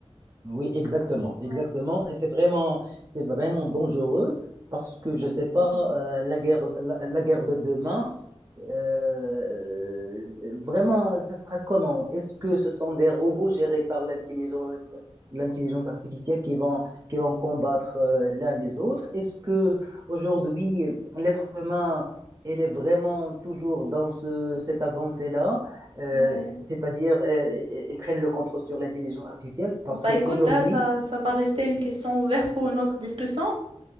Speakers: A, on the right; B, on the right.
A: Oui, exactement, exactement.
B: Ouais,
A: Et c'est vraiment, c'est vraiment dangereux parce que je
B: exactement.
A: sais pas, euh, la guerre, la, la guerre de demain, euh, vraiment, ça sera comment? Est-ce que ce sont des robots gérés par l'intelligence, l'intelligence artificielle qui vont, qui vont combattre euh, l'un les autres? Est-ce que aujourd'hui, l'être humain, elle est vraiment toujours dans ce, cette avancée-là? euh,
B: Ouais.
A: c'est-à-dire euh, ils prennent le contrôle sur l'intelligence artificielle parce
B: Bah
A: qu'aujourd'hui,
B: écoute, hein, ça, ça va rester une question ouverte pour une autre discussion.